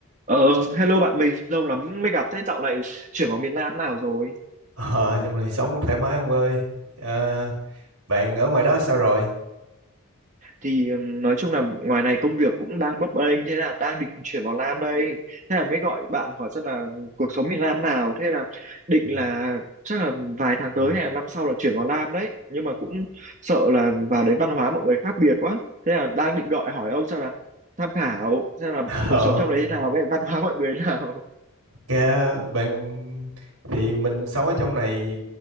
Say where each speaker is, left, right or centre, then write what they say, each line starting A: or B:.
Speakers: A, on the right (about 35°); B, on the right (about 85°).
A: Ờ, hello bạn mình, lâu lắm mới gặp thế dạo này chuyển vào miền Nam nào rồi?
B: Ờ, trong này sống cũng thoải mái ông ơi. Ờ, bạn ở ngoài đó sao rồi?
A: Thì ừm, nói chung là ngoài này công việc cũng đang bấp bênh, thế là đang định chuyển vào Nam đây. Thế là mới gọi bạn hỏi xem là cuộc sống miền Nam nào, thế là định
B: Ừ.
A: là chắc là vài tháng tới
B: Ừ.
A: hay là năm sau là chuyển vào Nam đấy. Nhưng mà cũng
B: Ờ,
A: sợ là vào đấy văn hóa mọi người khác biệt quá. Thế là đang định gọi hỏi ông xem là tham khảo xem là
B: <laughs>
A: cuộc sống trong đấy thế
B: ok.
A: nào với văn hóa mọi người thế nào.
B: Ok, bạn thì mình sống ở trong này